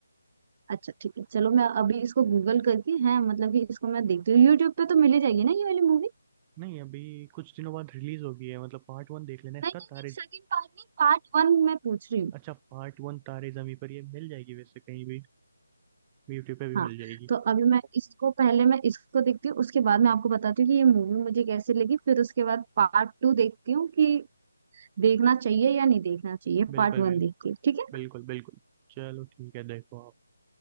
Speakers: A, on the right; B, on the right.
A: अच्छा ठीक है चलो मैं अभी इसको गूगल करके है मतलब कि इसको मैं देखती हूँ यूट्यूब पे तो मिल ही जाएगी ना ये वाली मूवी
B: नहीं अभी कुछ दिनों बाद रिलीज होगी है मतलब पार्ट वन देख लेना इसका
A: नहीं नहीं
B: तारे
A: नहीं सेकंड पार्ट नहीं पार्ट वन मैं पूछ रही हूँ
B: अच्छा पार्ट वन तारे जमी पर ये मिल जाएगी वैसे कहीं भी यूट्यूब पे भी
A: हाँ
B: मिल जाएगी
A: तो अभी मैं इसको पहले मैं इसको देखती हूँ उसके बाद मैं आपको बताती हूँ कि ये मूवी मुझे कैसे लगी फिर उसके बाद पार्ट टू देखती हूँ कि देखना चाहिए या नहीं देखना चाहिए
B: बिल्कुल
A: पार्ट वन
B: बिल्कुल
A: देख के ठीक
B: बिल्कुल बिल्कुल चलो ठीक है देखो आप